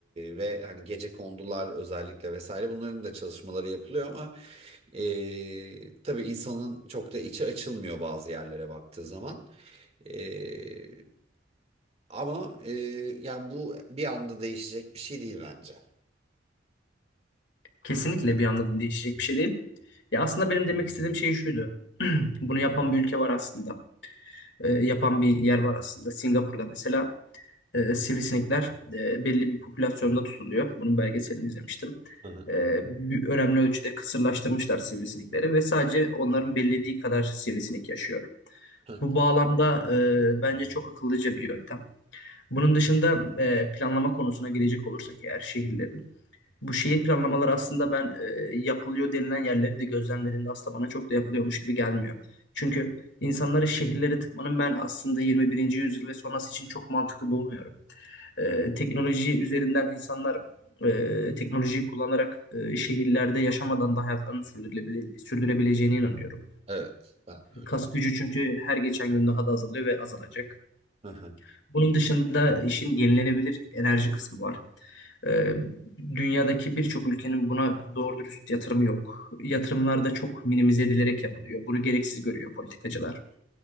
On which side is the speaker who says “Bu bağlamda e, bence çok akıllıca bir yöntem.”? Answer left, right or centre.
Left